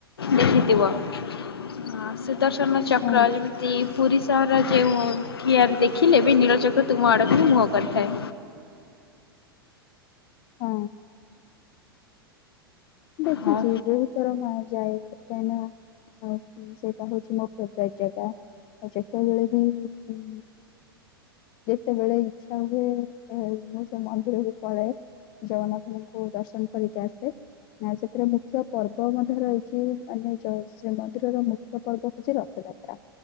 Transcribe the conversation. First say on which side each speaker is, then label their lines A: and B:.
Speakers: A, on the left (about 75°); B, on the left (about 40°).
A: ଦେଖିଥିବ। ଆ, ସୁଦର୍ଶନ ଚକ୍ର
B: ହଁ
A: ଯେମିତି ପୁରୀ ତାର ଯେଉଁ ଠିଆ ଦେଖିଲେ ବି ନୀଳଚକ୍ର ତୁମ ଆଡ଼କୁ ହିଁ ମୁହଁ କରିଥାଏ।
B: ହଁ। ଦେଖିଛି
A: ହଁ
B: ବହୁତ ଥର ମା ଯାଏ କାହିଁକି ନା ଅଁ, କି ସେଇଟା ହଉଛି ମୋ ଫେବରାଇଟ୍ ଜାଗା। ଆଉ ଯେତେବେଳେ ବି ମୁଁ ଯେତେବେଳେ ଇଚ୍ଛା ହୁଏ ଆଉ ମୁଁ ସେ ମନ୍ଦିରକୁ ପଳାଏ। ଜଗନ୍ନାଥଙ୍କୁ ଦର୍ଶନ କରିକି ଆସେ। ନା ସେଥିରେ ମୁଖ୍ୟ ପର୍ବ ମଧ୍ୟ ରହିଛି ମାନେ ଯୋ ଶ୍ରୀମନ୍ଦିରର ମୁଖ୍ୟ ପର୍ବ ହଉଛି ରଥଯାତ୍ରା।